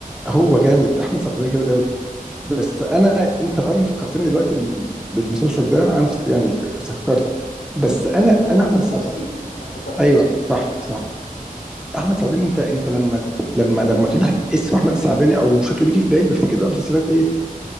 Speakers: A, in the centre; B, on the left.
A: هو جامد احمد سعداني جامد قوي بس انا انت فعلا فكرتني دلوقتي بال... بالمسلسل ده انا افتكر يعني افتكرت بس انا
B: كان اسمه
A: انا احمد
B: سيب
A: السعداني
B: ولا سيب انا افتكرت
A: ايوه صح صح احمد سعداني انت انت لما ت- لما لما تقول لي اسم احمد السعداني او شكله بيجي في بالي بفتكر بقى مسلسلات ايه